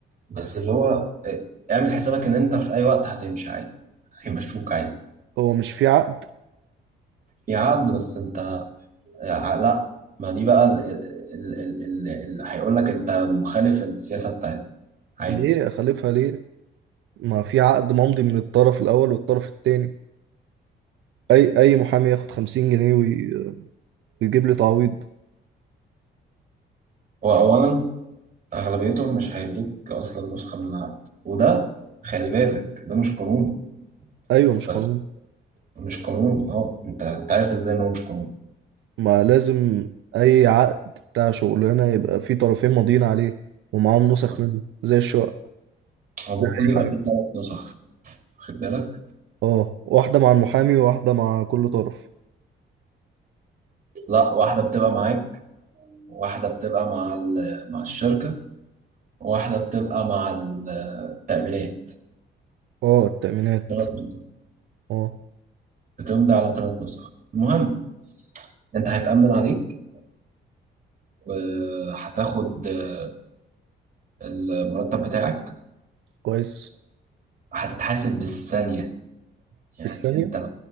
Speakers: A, on the right; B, on the right.
A: بس اللي هو اه، اعمل حسابك ان انت في اي وقت هتمشي عادي هيمشوك عادي
B: هو مش في عقد
A: في عقد بس انت اه، لا ما دي بقى ال- ال- ال- ال- اللي هيقول لك انت مخالف السياسة بتاعتك عادي
B: ليه اخالفها ليه ما في عقد ممضي من الطرف الاول والطرف التاني اي اي محامي ياخد 50 جنيه وي- ويجيب لي تعويض
A: هو اولا اغلبيتهم مش هيدوك اصلا نسخة من العقد وده خلي بالك ده مش قانوني
B: ايوه مش قانون
A: بس مش قانوني اه انت انت عرفت ازاي ان هو مش قانوني
B: ما لازم اي عقد بتاع شغلانه يبقى في طرفين ماضيين عليه ومعاهم نسخ
A: هو
B: منه زي الشقه
A: المفروض
B: زي اي
A: يبقى
B: حاجه
A: فيه ثلاث نسخ واخد بالك
B: اه واحده مع المحامي وواحده مع كل طرف
A: لا واحدة بتبقى معاك واحدة بتبقى مع ال- مع الشركة وواحدة بتبقى مع ال- التأمينات
B: اه التأمينات
A: ثلاث نسخ
B: اه
A: بتمضي على ثلاث نسخ المهم انت هيتأمن عليك وهتاخد آه، المرتب بتاعك
B: كويس
A: وهتتحاسب بالثانية يعني
B: الثانيه
A: انت